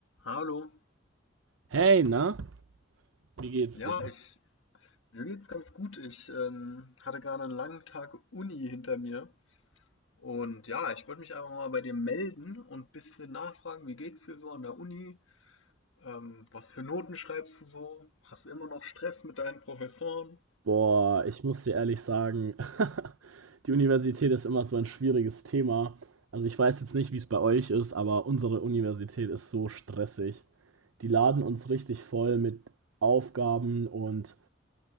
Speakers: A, on the left; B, on the right.
A: Hallo.
B: Hey, na? Wie geht's
A: Ja,
B: dir?
A: ich mir geht's ganz gut. Ich ähm, hatte gerade einen langen Tag Uni hinter mir und ja, ich wollte mich einfach mal bei dir melden und ein bisschen nachfragen, wie geht's dir so an der Uni? Ähm, was für Noten schreibst du so? Hast du immer noch Stress mit deinen Professoren?
B: Boah, ich muss dir ehrlich sagen, <laughs> die Universität ist immer so ein schwieriges Thema. Also ich weiß jetzt nicht, wie es bei euch ist, aber unsere Universität ist so stressig. Die laden uns richtig voll mit Aufgaben und